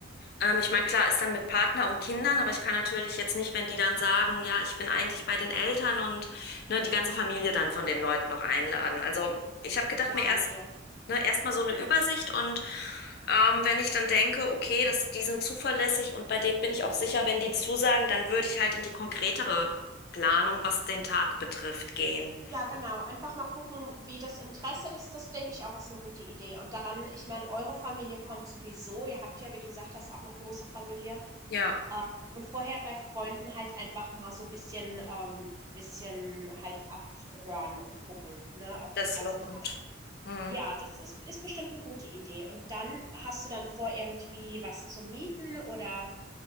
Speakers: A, on the left; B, on the right.
A: Ähm, ich meine, klar, ist dann mit Partner und Kindern, aber ich kann natürlich jetzt nicht, wenn die dann sagen, ja, ich bin eigentlich bei den Eltern und ne, die ganze Familie dann von den Leuten noch einladen. Also ich habe gedacht,
B: Ja,
A: mir erst
B: nee.
A: ne, erstmal so eine Übersicht und ähm, wenn ich dann denke, okay, das, die sind zuverlässig und bei denen bin ich auch sicher, wenn die zusagen, dann würde ich halt in die konkretere Planung, was den Tag betrifft, gehen.
B: Ja, genau. Einfach mal gucken, wie das Interesse ist. Das denke ich auch ist eine gute Idee. Und dann, ich meine, eure Familie kommt sowieso. Ihr habt ja, wie du gesagt hast, auch eine große Familie.
A: Ja,
B: Ähm, und vorher bei Freunden halt einfach mal so ein bisschen, ähm, bisschen halt abhören und gucken, ne, ob
A: das
B: Interesse
A: lohnt.
B: da ist.
A: Mhm.
B: Ja, das ist, ist bestimmt eine gute Idee. Und dann hast du dann vor, irgendwie was zu mieten oder